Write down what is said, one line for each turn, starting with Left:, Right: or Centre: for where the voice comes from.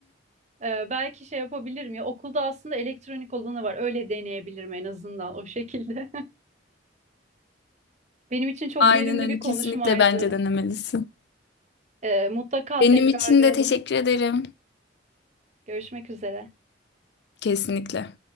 Right: Ee, belki şey yapabilirim ya okulda aslında elektronik olanı var. Öyle deneyebilirim en azından o şekilde. <laughs> Benim için çok
Left: Aynen
Right: verimli
Left: öyle.
Right: bir konuşmaydı.
Left: Kesinlikle bence denemelisin.
Right: Ee, mutlaka
Left: Benim
Right: tekrarlayalım.
Left: için de teşekkür ederim.
Right: Görüşmek üzere.
Left: Kesinlikle.